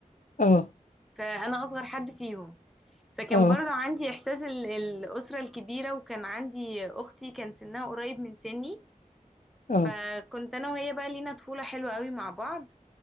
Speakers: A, on the left (about 70°); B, in the centre.
A: اه
B: فانا اصغر حد فيهم فكان
A: اه
B: برضو عندي احساس ال- الاسره الكبيره وكان عندي اختي كان سنها قريب من سني
A: اه
B: فكنت انا وهي بقى لينا طفوله حلوه قوي مع بعض